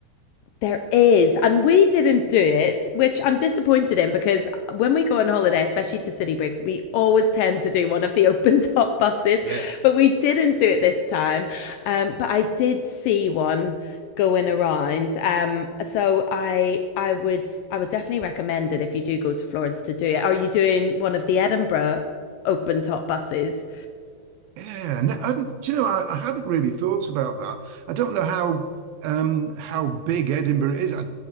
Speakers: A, on the left; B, on the right.
A: There is. And we didn't do it, which I'm disappointed in because when we go on holiday, especially to city breaks, we always tend to do one of the <laughs> open top buses.
B: Yep.
A: But we didn't do it this time. Um, but I did see one going around. Um, so I I would I would definitely recommend it if you do go to Florence to do it. Are you doing one of the Edinburgh open top buses?
B: Yeah, and I, do you know I, I hadn't really thought about that. I don't know how um, how big Edinburgh is. I